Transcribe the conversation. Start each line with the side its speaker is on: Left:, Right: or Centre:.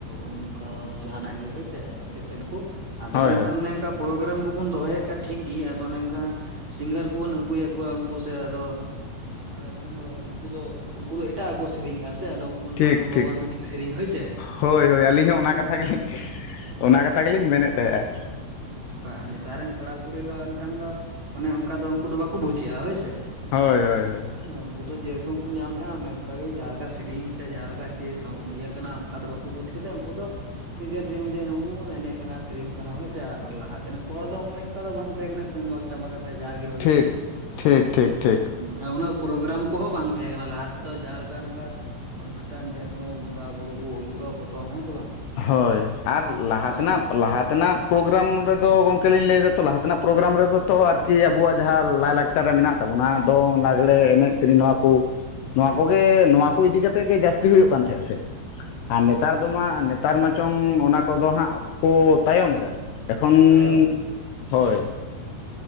Right: ᱚᱱᱠᱟ ᱡᱟᱦᱟᱱᱟᱜ ᱜᱮ ᱦᱳᱭᱥᱮ ᱳᱠᱮᱥᱮᱱ ᱠᱚ ᱟᱫᱚ
Left: ᱦᱳᱭ
Right: ᱮᱱᱠᱷᱟᱱ
Left: ᱦᱳᱭ
Right: ᱚᱱᱮᱝᱠᱟ ᱯᱨᱳᱜᱨᱟᱢ ᱠᱚᱵᱚᱱ ᱫᱚᱦᱚᱭᱮᱫ ᱠᱷᱟᱡ ᱴᱷᱤᱠ ᱜᱮ ᱟᱫᱚ ᱚᱱᱮᱝᱠᱟᱱ ᱥᱤᱝᱜᱟᱨ ᱠᱚᱵᱚᱱ ᱟᱹᱜᱩᱭᱮᱫ ᱠᱚᱣᱟ ᱩᱱᱠᱩ ᱥᱮ ᱟᱫᱚ ᱟᱫᱚ ᱮᱱᱠᱷᱟᱱ ᱫᱚ ᱩᱱᱠᱩ ᱫᱚ ᱩᱱᱠᱩ ᱫᱚ ᱮᱴᱟᱜ ᱠᱚ ᱥᱮᱨᱮᱧᱮᱜᱼᱟ ᱥᱮ ᱟᱫᱚ ᱚᱱᱮ
Left: ᱴᱷᱤᱠ
Right: ᱚᱱᱟ ᱰᱚᱵᱚᱞ
Left: ᱴᱷᱤᱠ
Right: ᱢᱤᱱᱤᱝ ᱥᱮᱨᱮᱧ ᱦᱳᱭᱥᱮ
Left: ᱦᱳᱭ
Right: ᱟᱫᱚ ᱠᱚᱲᱟ
Left: ᱦᱳᱭ ᱟᱹᱞᱤᱧ
Right: ᱠᱩᱲᱤ ᱦᱚᱸ
Left: ᱚᱱᱟ ᱠᱟᱛᱷᱟ
Right: ᱱᱮᱛᱟᱨ
Left: ᱜᱮᱞᱤᱧ ᱚᱱᱟ ᱠᱟᱛᱷᱟ ᱜᱮᱞᱤᱧ ᱢᱮᱱᱮᱫ ᱛᱟᱦᱮᱫ-ᱟ ᱾
Right: ᱦᱳ <unintelligible> ᱟᱨ ᱱᱮᱛᱟᱨ ᱨᱮᱱ ᱠᱚᱲᱟ ᱠᱩᱲᱤ ᱫᱚ ᱮᱱᱠᱷᱟᱱ ᱫᱚ ᱚᱱᱮ ᱚᱱᱠᱟ ᱫᱚ ᱩᱱᱠᱩ ᱫᱚ ᱵᱟᱠᱚ ᱵᱩᱡᱽ ᱮᱫᱼᱟ ᱦᱳᱭ ᱥᱮ ᱾
Left: ᱦᱳᱭ ᱦᱳᱭ ᱦᱳᱭ ᱾
Right: ᱦᱮᱸ ᱩᱱᱠᱩ ᱫᱚ ᱡᱮᱨᱚᱠᱚᱢ ᱠᱚ ᱧᱟᱢᱮᱫᱼᱟ ᱚᱱᱮ ᱚᱱᱠᱟ ᱜᱮ ᱡᱟᱦᱟᱸ ᱞᱮᱠᱟ ᱥᱮᱨᱮᱧ ᱥᱮ ᱡᱟᱦᱟᱸ ᱞᱮᱠᱟ ᱪᱮᱫ <unintelligible> <unintelligible> ᱠᱟᱱᱟ ᱚᱱᱠᱟ ᱫᱚ ᱵᱟᱠᱚ <unintelligible> ᱵᱩᱡᱽ ᱠᱟᱛᱮᱫ ᱩᱱᱠᱩ ᱫᱚ ᱱᱤᱡᱮᱨ <unintelligible> ᱱᱤᱡᱮᱨ ᱩᱱᱠᱩ ᱠᱚ ᱮᱱᱮᱡ ᱠᱟᱱᱟ ᱥᱮᱨᱮᱧᱚᱜ ᱠᱟᱱᱟ ᱦᱳᱭ ᱥᱮ ᱟᱨ ᱞᱟᱦᱟ ᱛᱮᱱ ᱠᱚ ᱦᱚᱲ ᱫᱚ ᱚᱱᱮ ᱚᱱᱠᱟ ᱫᱚ ᱵᱟᱝ ᱛᱟᱦᱮᱸ ᱠᱟᱱᱟ <unintelligible> ᱼᱼ ᱴᱟᱢᱟᱠ ᱠᱟᱛᱮ ᱡᱟᱦᱟ ᱜᱮ ᱦᱩᱭ
Left: ᱴᱷᱤᱠ
Right: ᱥᱮ <unintelligible>
Left: ᱴᱷᱤᱠ ᱴᱷᱤᱠ ᱴᱷᱤᱠ
Right: ᱦᱩᱸ ᱟᱨ ᱩᱱᱟᱹᱜ ᱯᱨᱳᱜᱨᱟᱢ ᱠᱚᱦᱚᱸ ᱵᱟᱝ ᱛᱟᱦᱮᱸ ᱠᱟᱱᱟ ᱞᱟᱦᱟ ᱛᱮ ᱫᱚ ᱡᱟᱦᱟᱸ ᱞᱮᱠᱟ ᱱᱚᱝᱠᱟ ᱚᱱᱩᱥᱴᱷᱟᱱ ᱡᱮᱠᱳᱱᱚ ᱵᱚᱸᱜᱟ ᱵᱩᱨᱩ ᱠᱚ ᱦᱳᱭᱳᱼᱟ ᱯᱨᱚᱛᱷᱚᱢ ᱦᱮᱸᱥᱮᱼᱼ
Left: ᱦᱳᱭ ᱟᱨ ᱞᱟᱦᱟ ᱛᱮᱱᱟᱜ
Right: ᱛᱟᱦᱮᱱᱟ
Left: ᱞᱟᱦᱟ ᱛᱮᱱᱟᱜᱼᱼ ᱯᱨᱳᱜᱨᱟᱢ ᱨᱮᱫᱚ ᱜᱚᱝᱠᱮ ᱞᱤᱧ ᱞᱟᱹᱭ ᱮᱫᱟ ᱛᱚ ᱞᱟᱦᱟ ᱛᱮᱱᱟᱜ ᱯᱨᱳᱜᱨᱟᱢ ᱨᱮᱫᱚ ᱛᱚ ᱟᱨᱠᱤ ᱟᱵᱚᱣᱟᱜ ᱡᱟᱦᱟᱸ ᱞᱟᱭ ᱞᱟᱠᱪᱟᱨ ᱨᱮ ᱢᱮᱱᱟᱜ ᱛᱟᱵᱚᱱᱟ ᱫᱚᱝ ᱞᱟᱜᱽᱲᱮ ᱮᱱᱮᱡ ᱥᱮᱨᱮᱧ ᱱᱚᱣᱟ ᱠᱚ ᱱᱚᱣᱟ ᱠᱚᱜᱮ ᱱᱚᱣᱟ ᱠᱚ ᱤᱫᱤ ᱠᱟᱛᱮᱜ ᱜᱮ ᱡᱟᱹᱥᱛᱤ ᱦᱩᱭᱩᱜ ᱠᱟᱱ ᱛᱟᱦᱮᱸᱫᱼᱟ ᱥᱮ ᱟᱨ ᱱᱮᱛᱟᱨ ᱫᱚ ᱢᱟ ᱱᱮᱛᱟᱨ ᱢᱟᱪᱚᱝ ᱚᱱᱟ ᱠᱚᱫᱚ ᱦᱟᱸᱜ ᱠᱚ ᱛᱟᱭᱚᱢ ᱮᱫᱟ ᱮᱠᱷᱚᱱ <unintelligible>
Right: ᱛᱟᱭᱚᱢᱟᱜᱼᱟ
Left: ᱦᱳᱭ ᱾